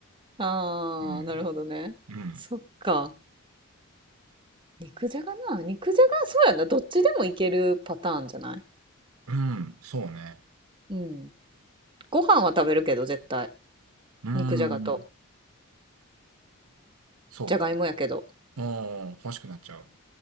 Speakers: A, on the right; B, on the right.
A: ああ、
B: うん。
A: なるほどね。
B: うん。
A: そっか。肉じゃがな。肉じゃが、そうやな。どっちでもいけるパターンじゃない
B: うん、そうね。
A: うん。ご飯は食べるけど、絶対。
B: うん。
A: 肉じゃがと。
B: そうか。
A: じゃがいもやけど。
B: うん、欲しくなっちゃう。